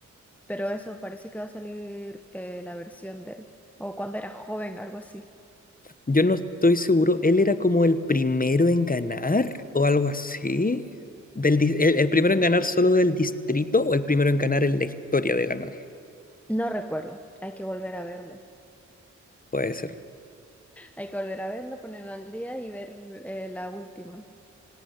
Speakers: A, in the centre; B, on the left.
A: pero eso parece que va a salir eh, la versión de él. O cuando era joven, algo así.
B: Yo no estoy seguro, él era como el primero en ganar o algo así. Del, dis- el, el primero en ganar solo del distrito o el primero en ganar en la historia de ganar.
A: No recuerdo. Hay que volver a verlo.
B: Puede ser.
A: Hay que volver a verlo, ponerlo al día y ver eh, la última.